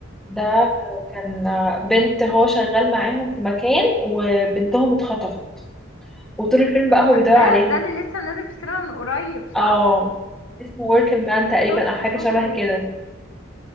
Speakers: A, in the centre; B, on the left (about 80°).
A: ده كان بنت هو شغال معاهم في مكان وبنتهم اتخطفت وطول الفيلم بقى هو
B: ت-
A: بيدور
B: ده
A: عليها
B: ده اللي لسه نازل في السينما من قريب صح
A: اه اسمه working man تقريبا
B: شفته
A: أو حاجة
B: شفته
A: شبه كده